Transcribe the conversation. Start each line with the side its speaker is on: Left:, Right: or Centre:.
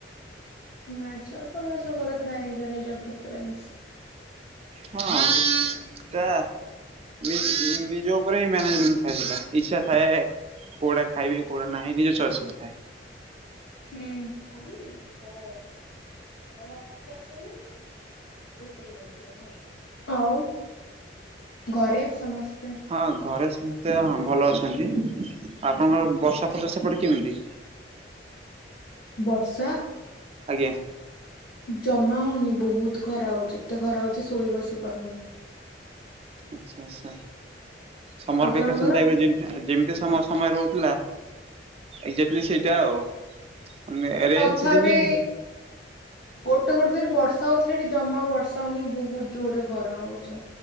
Left: ହୁ ଆଚ୍ଛା ସମସ୍ତଙ୍କର ଥାଏ ନିଜ ନିଜ ପ୍ରିଫରେନ୍ସ
Right: ହଁ ସେଟା ନି ନି ନିଜ ଉପରେ ମ୍ୟାନେଜବୁଲ ଥାଏ ସେଟା ଇଚ୍ଛା ଥାଏ କଉଡା ଖାଇବି କଉଡା ନାହିଁ ନିଜ ଚଏସ ରେ ଖାଏ।
Left: ହୁଁ ଅଲି ତ କଢା ପଚାସ ସେମି଼ କୁତ ହେ ଯାଇଥିବ ନାଇଁ ଆଉ ଘରେ ସମସ୍ତ?
Right: ହଁ ଘରେ ସମସ୍ତେ ହଁ ଭଲ ଅଛନ୍ତି ଆପଣଙ୍କର ବର୍ଷା ଫର୍ଷା ସେପଟେ କେମିତି?
Left: ବର୍ଷା
Right: ଆଜ୍ଞା
Left: ଜମା ହଉନି ବହୁତ ଖରା ହଉଛି ଏତେ ଖରା ହଉଛି ଶୋଇ ବସି ପାରୁନି।
Right: ଆଚ୍ଛା ଆଚଛା ସମର
Left: ଆପଣଙ୍କର
Right: ଭେକେସନ ତବେ ଜେମୀ ଯେମିତି ସମ ସମୟରେ ହଉଥିଲା। ଏଜାକ୍ଟଲି ସେଇଟା ଆଉେ ରେ
Left: ତଥାପି
Right: ରେନ ସିଜିନି
Left: ଗୋଟେ ଗୋଟେ ଦିନ ବର୍ଷା ହଉଥିଲେ ଏଠି ଜମା ବର୍ଷା ହଉନି ବହୁତ ଜୋରରେ ଖରା ହଉଛି।